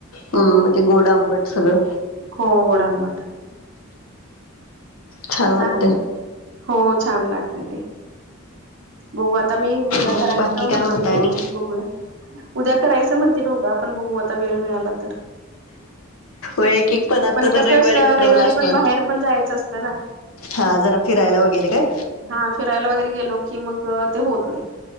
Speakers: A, on the left (about 85°); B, on the right (about 60°).
A: हम्
B: हो
A: मग ते गोड आंबट. ठरू.
B: हो डंबत.
A: छान वाटतेय.
B: चालेल हो छान लागते ते बहू आता मी उद्या
A: मग
B: करायचं
A: बाकी काय
B: म्हणते
A: म्हणता आणि
B: बहुया. उद्या करायचं म्हणते ढोकळा आपण बघू आता वेळ मिळाला तर
A: वै एक एक पदार्थ
B: पण कसं
A: दर रविवारी
B: श रविवारी
A: वानवला असला.
B: पण बाहेर पण जायचं असतं ना
A: हा जरा फिरायला वगैरे काय?
B: हा फिरायला वगैरे गेलो की मग ते होत नाही.